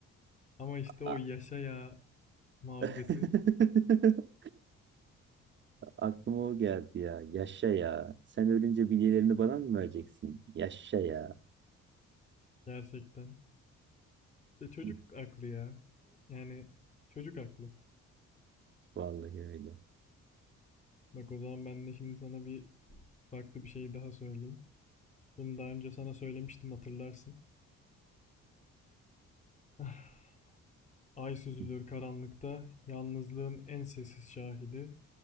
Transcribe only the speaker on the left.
Ama işte o
yaşa ya muhabbeti
gerçekten. E çocuk
aklı ya. Yani çocuk aklı.
Bak o zaman ben de şimdi sana bir farklı bir şey daha söyleyeyim. Bunu daha önce sana söylemiştim hatırlarsın. <laughs> Ay süzülür
karanlıkta, yalnızlığın en sessiz şahidi.